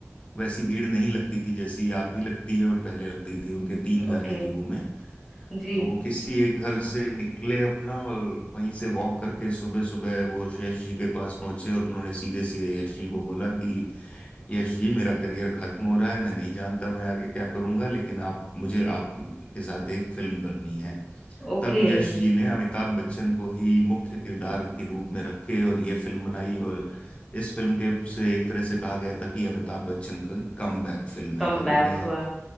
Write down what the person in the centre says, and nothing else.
ओके
जी
ओके
कम
बैक
हुआ